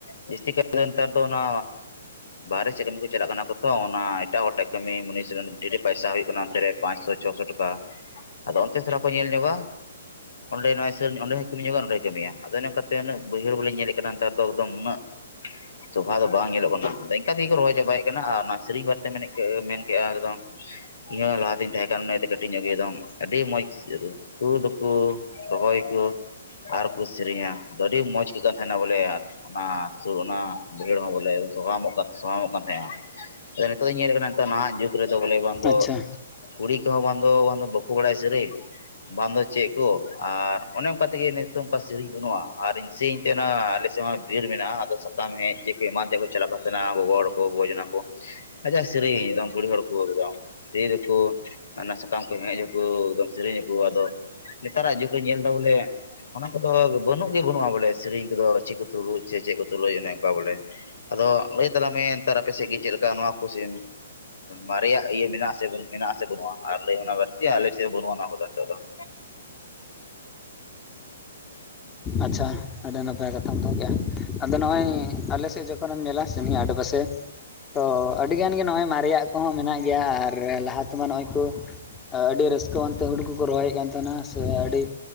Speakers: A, on the left; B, on the left.
A: ᱵᱤᱥᱤ ᱠᱟᱹᱭᱛᱮ ᱱᱮᱛᱟᱨ ᱫᱚ ᱚᱱᱟ ᱵᱟᱦᱨᱮ ᱥᱮᱫ ᱠᱟᱹᱢᱤ ᱠᱚ ᱪᱟᱞᱟᱜ ᱠᱟᱱᱟ ᱠᱚ ᱛᱚ ᱚᱱᱟ ᱮᱴᱟᱜ ᱦᱚᱲᱴᱮᱡ ᱠᱟᱹᱢᱤ ᱢᱚᱱᱤᱥ ᱰᱷᱮᱨ ᱰᱷᱮᱨ ᱯᱚᱭᱥᱟ ᱦᱩᱭᱩᱜ ᱠᱟᱱᱟ ᱚᱱᱛᱮ ᱨᱮ ᱯᱟᱸᱪᱥᱚ ᱪᱷᱚᱥᱚ ᱴᱟᱠᱟ ᱟᱫᱚ ᱚᱱᱛᱮ ᱛᱷᱟᱨᱟ ᱠᱚ ᱧᱮᱞ ᱧᱚᱜᱟ ᱚᱸᱰᱮ ᱱᱚᱣᱟ <unintelligible> ᱱᱚᱰᱮ ᱦᱚᱸᱭ ᱠᱟᱹᱢᱤ ᱧᱚᱜᱟ ᱚᱸᱰᱮᱭ ᱠᱟᱹᱢᱤᱭᱟ ᱟᱫᱚ ᱱᱚᱝᱠᱟᱛᱮ ᱩᱱᱟᱹᱜ ᱵᱟᱹᱭᱦᱟᱹᱲ ᱵᱚᱞᱤ ᱧᱮᱞᱮᱫ ᱠᱟᱱᱟᱮᱛᱟᱨ ᱫᱚ ᱮᱠᱚᱢ ᱩᱱᱟᱹᱜ <unintelligible> ᱥᱚᱵᱷᱟ ᱫᱚ ᱵᱟᱝ ᱧᱮᱞᱚᱜ ᱠᱟᱱᱟ ᱟᱫᱚ ᱤᱱᱠᱟ ᱛᱮᱜᱮᱠᱚ ᱨᱚᱦᱚᱭ ᱪᱟᱵᱟᱭᱮᱜ ᱠᱟᱱᱟ ᱟᱨ ᱚᱱᱟ ᱥᱮᱨᱮᱧ ᱵᱟᱨᱮᱛᱮ ᱢᱮᱱ ᱢᱮᱱ ᱠᱮᱫᱼᱟ ᱮᱠᱫᱚᱢ ᱤᱧ ᱦᱚᱸ ᱞᱟᱦᱟᱛᱤᱧ ᱛᱟᱦᱮᱸ ᱠᱟᱱᱟ ᱱᱛᱮ ᱠᱟᱹᱴᱤᱡ ᱧᱚᱜ ᱜᱮ ᱮᱜᱫᱚᱢ ᱟᱹᱰᱤ ᱢᱚᱸᱡᱽ ᱠᱩ ᱫᱚᱠᱚ ᱨᱚᱦᱚᱭ ᱠᱚ ᱟᱨᱠᱚ ᱥᱮᱨᱮᱧᱟ ᱟᱹᱰᱤ ᱢᱚᱸᱡᱽ ᱟᱹᱭᱠᱟᱹᱜ ᱛᱟᱦᱮᱱᱟ ᱵᱚᱞᱮ ᱚᱱᱟ ᱥᱚᱞ ᱚᱱᱟ ᱵᱟᱹᱭᱦᱟᱹᱲ ᱦᱚᱸᱵᱚᱞᱮ ᱥᱚᱦᱟᱢᱚᱜ ᱠᱟᱱ ᱛᱟᱦᱮᱸᱱᱟ ᱟᱫᱚ ᱱᱤᱛᱚᱜ ᱫᱚᱧ ᱧᱮᱞ ᱠᱟᱱᱟ ᱱᱤᱛᱚᱜ ᱱᱟᱦᱟᱜ ᱡᱩᱜᱽ ᱫᱚ ᱵᱚᱞᱮ ᱵᱟᱝ ᱫᱚ
B: ᱟᱪᱪᱷᱟ
A: ᱠᱩᱲᱤ ᱠᱚᱦᱚᱸ ᱵᱟᱝ ᱵᱟᱠᱚ ᱵᱟᱲᱟᱭ ᱥᱮᱨᱮᱧ ᱵᱟᱝᱫᱚ ᱪᱮᱫ ᱠᱚ ᱟᱨ ᱚᱱᱮ ᱚᱱᱠᱟ ᱛᱮᱜᱮ ᱱᱤᱛᱚᱜ ᱚᱱᱠᱟ ᱥᱮᱨᱮᱧ ᱵᱟᱹᱱᱩᱜᱼᱟ ᱟᱨ ᱤᱧ ᱥᱮᱨᱮᱧ ᱛᱟᱦᱮᱱᱟ ᱟᱞᱮ ᱥᱮᱫ ᱦᱚᱸ ᱵᱤᱨ ᱢᱮᱱᱟᱜᱼᱟ ᱟᱫᱚ ᱥᱟᱯᱟᱢ ᱦᱮᱡ ᱛᱮ ᱮᱢᱟᱱ ᱛᱮ ᱠᱚ ᱪᱟᱞᱟᱜ ᱠᱟᱱ ᱛᱟᱦᱮᱱᱟ ᱜᱚᱜᱚ ᱦᱚᱲ ᱠᱚ ᱵᱚᱡᱱᱟ ᱠᱚ ᱟᱡᱷᱟ ᱥᱮᱨᱮᱧ ᱮᱫᱚᱢ ᱠᱩᱲᱤ ᱦᱚᱲ ᱠᱚ ᱮᱠᱫᱚᱢ ᱞᱟᱹᱭ ᱫᱟᱠᱚ ᱚᱱᱟ ᱥᱟᱠᱟᱢ ᱠᱚ ᱦᱮᱡ ᱟᱠᱚ ᱮᱠᱫᱚᱢ ᱥᱮᱨᱮᱧ ᱟᱠᱚ ᱟᱫᱚ ᱱᱮᱛᱟᱨᱟᱜ ᱡᱩᱜᱽ ᱨᱮᱧ ᱧᱮᱞ ᱮᱫᱟ ᱵᱚᱞᱮ ᱚᱱᱟ ᱠᱚᱫᱚ ᱵᱟᱹᱱᱩᱜ ᱜᱮ ᱵᱟᱹᱱᱩᱜᱼᱟ ᱵᱚᱞᱮ ᱥᱮᱨᱮᱧ ᱠᱚᱫᱚ ᱪᱮᱫ ᱠᱚ ᱛᱩᱞᱩᱡ ᱥᱮ ᱪᱮᱫ ᱠᱚ ᱛᱩᱞᱩᱡ ᱚᱱᱮ ᱚᱱᱠᱟ ᱵᱚᱞᱮ ᱟᱫᱚ ᱞᱟᱹᱭ ᱛᱟᱞᱟᱝ ᱢᱮ ᱱᱮᱛᱟᱨ ᱟᱯᱮ ᱥᱮᱫ ᱜᱮ ᱪᱮᱫ ᱞᱮᱠᱟ ᱱᱚᱣᱟ ᱠᱩᱥᱤ? ᱢᱟᱨᱮᱭᱟᱜ ᱤᱭᱟᱹ ᱢᱮᱱᱟᱜᱼᱟ ᱟᱥᱮ ᱢᱮᱱᱟᱜᱼᱟ ᱟᱥᱮ ᱵᱟᱹᱱᱩᱜᱼᱟ ᱟᱨ ᱞᱟᱹᱭ ᱚᱱᱟ ᱵᱟᱹᱲᱛᱤ ᱟᱞᱮᱥᱮᱫ ᱫᱚ ᱵᱟᱹᱱᱩᱜᱼᱟ ᱚᱱᱟ ᱠᱚᱫᱚ ᱱᱮᱛᱚᱜ ᱫᱚ <inaudible>
B: ᱟᱪᱪᱷᱟ ᱟᱹᱰᱤ ᱱᱟᱯᱟᱭ ᱠᱟᱛᱷᱟᱢ ᱫᱚᱦᱚ ᱠᱼᱟ ᱟᱫᱚ ᱱᱚᱜᱼᱚᱭ ᱟᱞᱮ ᱥᱮᱫ ᱡᱚᱠᱷᱚᱱᱮᱢ ᱧᱮᱞᱟ ᱥᱮ ᱱᱤᱭᱟᱹ ᱟᱰᱮᱯᱟᱥᱮ ᱛᱚ ᱟᱹᱰᱤᱜᱟᱱ ᱜᱮ ᱱᱚᱜᱼᱚᱭ ᱢᱟᱨᱮᱭᱟᱜ ᱠᱚᱦᱚᱸ ᱢᱮᱱᱟᱜ ᱜᱮᱭᱟ ᱟᱨ ᱞᱟᱦᱟ ᱛᱮᱢᱟ ᱱᱚᱜᱼᱚᱸᱚᱭ ᱠᱚ ᱟᱹᱰᱤ ᱨᱟᱹᱥᱠᱟᱹᱣᱱᱛᱮ ᱦᱩᱲᱳ ᱠᱚᱠᱚ ᱨᱚᱦᱚᱭᱮᱫ ᱠᱟᱱ ᱛᱟᱦᱮᱱᱟ ᱥᱮ ᱟᱹᱰᱤ